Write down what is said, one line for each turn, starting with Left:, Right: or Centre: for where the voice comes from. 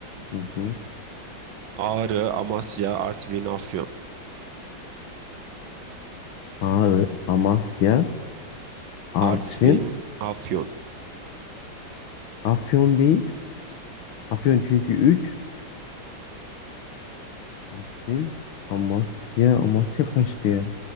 Left: Hı hı.
Right: Ağrı, Amasya, Artvin, Afyon.
Left: Ağrı, Amasya,
Right: Artvin,
Left: Artvin,
Right: Afyon.
Left: Afyon değil. Afyon çünkü 3. Artvin, Amasya. Amasya kaçtı ya?